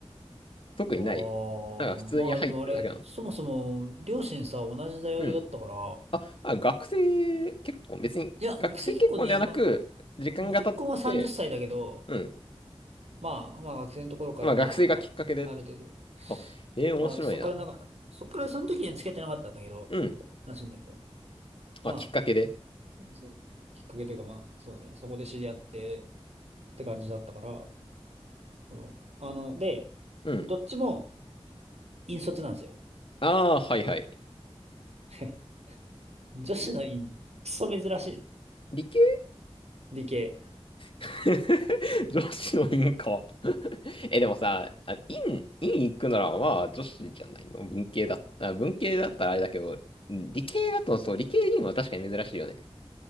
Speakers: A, on the left; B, on the right.
A: 特にない。
B: あ
A: なんか普通に入ってるだけなの。
B: あ、まあでもあれ、そもそも、両親さ、同じ大学だったから、
A: うん。あ、あ、学生結婚、別に学生結婚ではなく、
B: いや、学生結婚ね、ま
A: 時間が経って、
B: あ、結婚は30歳だけど、
A: うん。
B: まあ、まあ学生のところから、
A: まあ学生がきっかけで、
B: まあなんか、ある程度、
A: あ、えー、
B: まあそっからなんか、
A: 面白いな。
B: そっからその時には付き合ってなかったんだけど、
A: うん。
B: らしいんだけど、
A: まあ、
B: ま
A: きっかけで。
B: あ、そのきっかけというかまあ、そうね、そこで知り合ってって感じだったから、うんあの、で、
A: うん。
B: どっちも引率なんですよ。
A: ああ、はいはい。
B: <laughs> 女子の院、クソ珍しいの。
A: 理系
B: 理系。
A: <laughs> 女子の院か。<laughs> え、でもさ、あ、院、院行くならまあ女子じゃないの文系だ、あ、文系だったらあれだけど、理系だとそう、理系院は確かに珍しいよね。